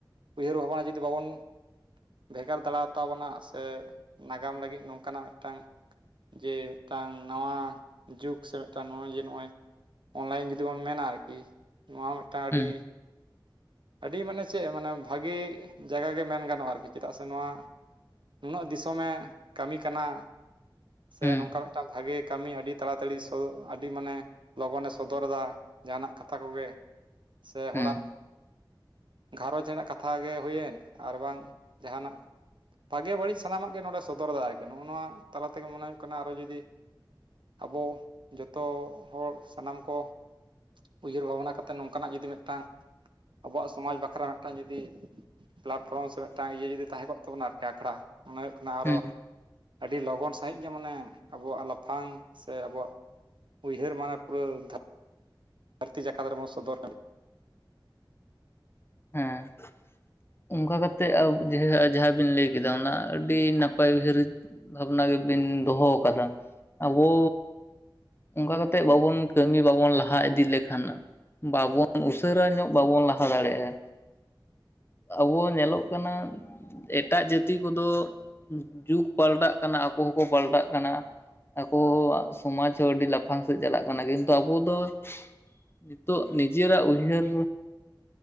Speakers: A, on the right; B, on the left.
A: ᱩᱭᱦᱟᱹᱨ ᱵᱷᱟᱵᱽᱱᱟ ᱡᱩᱫᱤ ᱵᱟᱵᱚᱱ ᱵᱷᱮᱜᱟᱨ ᱫᱟᱲᱟ ᱛᱟᱵᱚᱱᱟ ᱥᱮ ᱜᱟᱢ ᱞᱟᱹᱜᱤᱫ ᱱᱚᱝᱠᱟᱱᱟᱜ ᱢᱤᱫᱴᱟᱝ ᱡᱮ ᱢᱤᱫᱴᱟᱝ ᱱᱟᱣᱟ ᱡᱩᱜᱽ ᱥᱮ ᱢᱤᱫᱴᱟᱝ ᱱᱚᱜᱼᱚᱭ ᱡᱮ ᱱᱚᱜᱼᱚᱭ ᱚᱱᱞᱟᱭᱤᱱ ᱡᱩᱫᱤ ᱵᱚᱱ ᱢᱮᱱᱟ ᱟᱨᱠᱤ ᱱᱚᱣᱟ ᱦᱚᱸ ᱢᱤᱫᱴᱟᱝ
B: ᱦᱩᱸ
A: ᱟᱹᱰᱤ ᱟᱹᱰᱤ ᱢᱟᱱᱮ ᱪᱮᱫ ᱢᱟᱱᱮ ᱵᱷᱟᱹᱜᱮ ᱡᱟᱭᱜᱟ ᱜᱮ ᱢᱮᱱ ᱜᱟᱱᱚᱜᱼᱟ ᱟᱨᱠᱤ ᱪᱮᱫᱟᱜ ᱥᱮ ᱱᱚᱣᱟ ᱱᱩᱱᱟᱹᱜ ᱫᱤᱥᱚᱢᱮ ᱠᱟᱹᱢᱤ ᱠᱟᱱᱟ᱾ ᱥᱮ
B: ᱦᱩᱸ
A: ᱱᱚᱝᱠᱟ ᱢᱤᱫᱴᱟᱱ ᱵᱷᱟᱜᱮ ᱠᱟᱹᱢᱤ ᱟᱹᱰᱤ ᱛᱟᱲᱟᱛᱟᱲᱤ ᱟᱹᱰᱤ ᱢᱟᱱᱮ ᱞᱚᱜᱚᱱᱮ ᱥᱚᱫᱚᱨ ᱫᱟ᱾ ᱡᱟᱦᱟᱱᱟᱜ ᱠᱟᱛᱷᱟ ᱠᱚᱜᱮ ᱥᱮ ᱦᱚᱲᱟᱜ
B: ᱦᱩᱸ
A: ᱜᱷᱟᱨᱚᱸᱡᱽ ᱨᱮᱱᱟᱜ ᱠᱟᱛᱷᱟ ᱜᱮ ᱦᱩᱭᱮᱱ ᱟᱨ ᱵᱟᱝ ᱡᱟᱦᱟᱱᱟᱜ᱾ ᱵᱷᱟᱜᱮ ᱵᱟᱹᱲᱤᱡ ᱥᱟᱱᱟᱢᱟᱜ ᱜᱮ ᱱᱚᱸᱰᱮ ᱥᱚᱫᱚᱨ ᱫᱟᱭ ᱟᱨᱠᱤ ᱱᱚᱜᱼᱚ ᱱᱚᱣᱟ ᱛᱟᱞᱟ ᱛᱮᱜᱮ ᱢᱚᱱᱮ ᱦᱩᱭᱩᱜ ᱠᱟᱱᱟ ᱟᱨᱚ ᱡᱩᱫᱤ ᱟᱵᱚ ᱡᱚᱛᱚ ᱦᱚᱲ ᱥᱟᱱᱟᱢ ᱠᱚ ᱩᱭᱦᱟᱹᱨ ᱵᱷᱟᱵᱽᱱᱟ ᱠᱟᱛᱮᱫ ᱱᱚᱝᱠᱟᱱᱟᱜ ᱡᱩᱫᱤ ᱢᱤᱫᱴᱟᱝ ᱟᱵᱚᱣᱟᱜ ᱥᱚᱢᱟᱡᱽ ᱵᱟᱠᱷᱨᱟ ᱢᱤᱫᱴᱟᱝ ᱡᱩᱫᱤ ᱯᱞᱟᱴᱯᱷᱨᱚᱢ ᱥᱮ ᱢᱤᱫᱴᱟᱱ ᱤᱭᱟᱹ ᱡᱩᱫᱤ ᱛᱟᱦᱮᱸ ᱠᱚᱜ ᱛᱟᱵᱚᱱᱟ ᱟᱨᱠᱤ ᱟᱠᱷᱲᱟ ᱚᱱᱟ ᱦᱩᱭᱩᱜ ᱠᱟᱱᱟ ᱟᱨᱚ
B: ᱦᱩᱸ
A: ᱟᱹᱰᱤ ᱞᱚᱜᱚᱱ ᱥᱟ ᱥᱟᱦᱤᱡ ᱜᱮ ᱢᱟᱱᱮ ᱟᱵᱚᱣᱟᱜ ᱞᱟᱯᱷᱟᱝ ᱥᱮ ᱟᱵᱚᱣᱟᱜ ᱩᱭᱦᱟᱹᱨ ᱢᱟᱱᱮ ᱯᱩᱨᱟᱹᱫᱷᱟ ᱫᱷᱟᱹᱨᱛᱤ ᱡᱟᱠᱟᱛ ᱨᱮᱵᱚᱱ ᱥᱚᱫᱚᱨ ᱫᱟᱲ
B: ᱦᱮᱸᱻ᱾ ᱚᱱᱠᱟ ᱠᱟᱛᱮᱜ ᱟ ᱡᱮ ᱡᱟᱦᱟᱸ ᱵᱤᱱ ᱞᱟᱹᱭ ᱠᱮᱫᱟ ᱚᱱᱟ ᱟᱹᱰᱤ ᱱᱟᱯᱟᱭ ᱦᱩᱭᱟᱹᱨᱤᱡ ᱵᱷᱟᱵᱱᱟ ᱜᱮᱵᱤᱱ ᱫᱚᱦᱚ ᱠᱟᱫᱟ ᱟᱵᱚ ᱚᱱᱠᱟ ᱠᱟᱛᱮᱜ ᱵᱟᱵᱚᱱ ᱠᱟᱹᱢᱤ ᱵᱟᱵᱚᱱ ᱞᱟᱦᱟ ᱤᱫᱤ ᱞᱮᱠᱷᱟᱱ ᱵᱟᱵᱚᱱ ᱩᱥᱟᱹᱨᱟ ᱧᱚᱜ ᱵᱟᱵᱚᱱ ᱞᱟᱦᱟ ᱫᱟᱲᱮᱭᱟᱜᱼᱟ᱾ ᱟᱵᱚ ᱧᱮᱞᱚᱜ ᱠᱟᱱᱟ ᱮᱴᱟᱜ ᱡᱟᱹᱛᱤ ᱠᱚᱫᱚ ᱡᱩᱜᱽ ᱯᱟᱞᱴᱟᱜ ᱠᱟᱱᱟ ᱟᱠᱚ ᱦᱚᱸᱠᱚ ᱯᱟᱞᱴᱟᱜ ᱠᱟᱱᱟ᱾ ᱟᱠᱚ ᱥᱚᱢᱟᱡᱽ ᱦᱚᱸ ᱟᱹᱰᱤ ᱞᱟᱯᱷᱟᱝ ᱥᱮᱫ ᱪᱟᱞᱟᱜ ᱠᱟᱱᱟ, ᱠᱤᱱᱛᱩ ᱟᱵᱚ ᱫᱚ ᱱᱤᱛᱚᱜ ᱱᱤᱡᱮᱨᱟᱜ ᱩᱭᱦᱟᱹᱨ